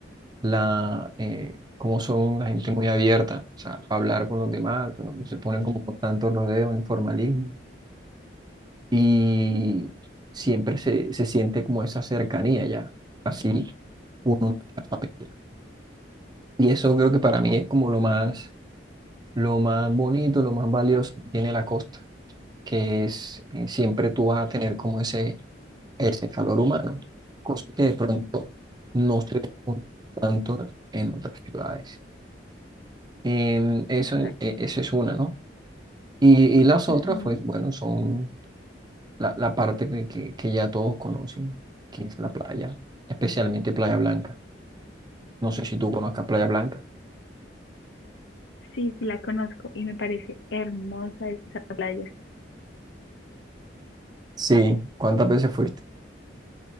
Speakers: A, on the right; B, on the left.
A: la, eh, cómo son la gente muy abierta, o sea, para hablar con los demás, ¿no? Se ponen como con tanto rodeo, informalismo y siempre se, se siente como esa cercanía ya, así uno. de la familia. Y eso creo que para mí es como lo más, lo más bonito, lo más valioso que tiene la costa, que es eh, siempre tú vas a tener como ese, ese calor humano, cosa que de pronto no se ve tanto en otras ciudades. Em, eso,
B: exacto.
A: en- e- eso es una, ¿no? Y, y las otras,
B: Ujú.
A: pues bueno, son la, la parte que, que, que ya todos conocen, que es la playa, especialmente Playa Blanca. No sé si tú conozcas Playa Blanca.
B: Sí, sí, la conozco y me parece hermosa esa playa.
A: Sí, ¿cuántas veces fuiste?